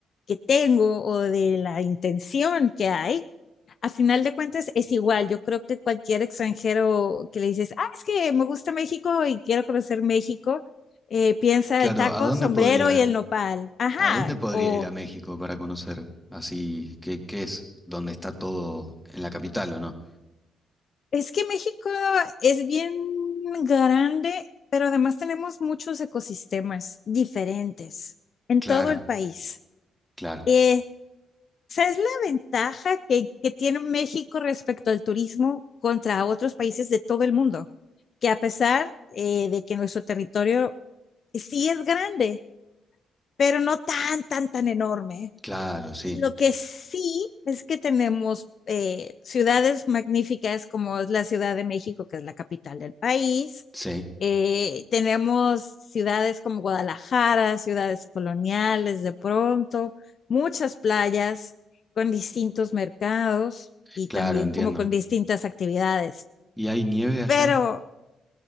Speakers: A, on the left (about 55°); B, in the centre.
A: que tengo o de la intención que hay, a final de cuentas es igual. Yo creo que cualquier extranjero que le dices, ah, es que me gusta México y quiero conocer México, eh, piensa
B: Claro,
A: en tacos,
B: ¿a dónde
A: sombrero
B: podría,
A: y el nopal. Ajá,
B: a dónde podría
A: o
B: ir a México para conocer? Así, ¿qué, qué es? ¿Dónde está todo? ¿En la capital o no?
A: es que México es bien grande, pero además tenemos muchos ecosistemas diferentes en
B: Claro,
A: todo el país.
B: claro,
A: Eh, sea, es la ventaja que, que tiene México respecto al turismo contra otros países de todo el mundo, que a pesar eh, de que nuestro territorio sí es grande, pero no tan, tan, tan enorme.
B: claro, sí,
A: Y lo que sí es que tenemos eh, ciudades magníficas como es la Ciudad de México, que es la capital del país.
B: sí,
A: Eh, tenemos ciudades como Guadalajara, ciudades coloniales de pronto, muchas playas con distintos mercados y
B: claro,
A: también
B: entiendo.
A: como con distintas actividades.
B: ¿Y hay nieve allá?
A: Pero